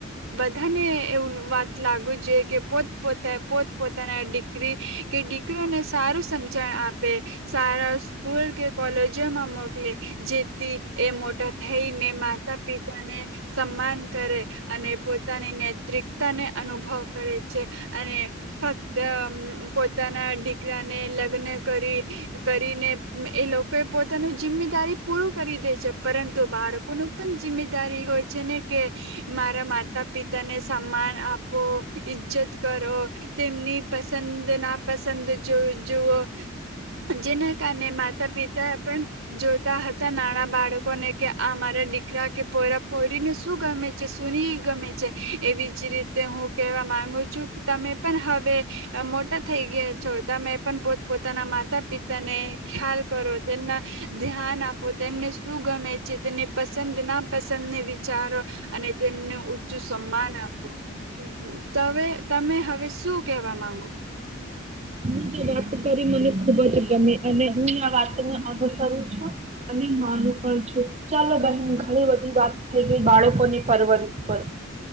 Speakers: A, on the right; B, on the right.
A: બધાને એવું વાત લાગવી જોઈએ કે પો. પોત પોતાના દીકરી કે દીકરોને સારું સમજણ આપે સારા સ્કૂલ કે કોલેજોમાં મોકલે જેથી એ મોટા થઈને માતા પિતાને સન્માન કરે અને પોતાની નેતિકતા ને અનુભવ કરે છે. અને ફક્ત અમ પોતાના દીકરાને લગ્ન કરી કરીને એ લોકોએ પોતાનું જિમ્મેદારી પૂરું કરી દે છે, પરંતુ બાળકોનું પણ જિમ્મેદારી હોય છે ને, કે મારા માતા પિતાને સન્માન આપવો ઈજ્જત કરો તેમની પસંદ, ના પસંદ જ જુઓ જેના કારણે માતા પિતા પણ જોતા હતા નાના બાળકોને કે આ મારા દીકરા કે પોયરા પોયરીને શું ગમે છે, સુ ની ગમે છે એવી જ રીતે હું કેહેવા માંગુ છું, તમે પણ હવે મોટા થઈ ગયા છો, તમે પણ પોત પોતાના માતા પિતાને ખ્યાલ કરો, તેમના ધ્યાન આપો, તેમને શું ગમે છે, તેની પસંદ નાપસંદને વિચારો અને તેમને ઊંચું સન્માન આપો. તમે તમે હવે શું કહેવા માંગો?
B: તમે જે વાત કરી મને ખુબ જ ગમી અને હું આ વાતને અનુસરું છું અને માનું પણ છું. ચાલો બહેન ઘણી બધી વાત થઈ ગઈ બાળકોની પરવરિશ પર.